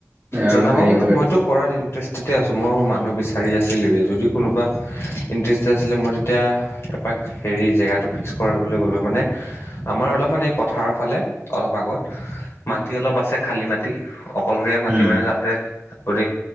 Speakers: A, on the right; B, on the left.
A: আৰু
B: জনাব
A: হেৰি
B: মানে
A: কৰে
B: মইতো কৰা দ ইণ্টাৰেষ্টেডে আছোঁ মই মানুহ বিচাৰি আছিলোঁৱে যদি কোনোবা ইণ্টাৰেষ্টেড আছিলে মই তেতিয়া এপাক হেৰি জেগাটো ফিক্স কৰিবলৈ গ'লোও মানে আমাৰ অলপমান এই পথাৰৰ ফালে অলপ আগ মাটি অলপ আছে খালী মাটি অকলশৰীয়া মাটি
A: উম
B: মানে তাতে। আপুনি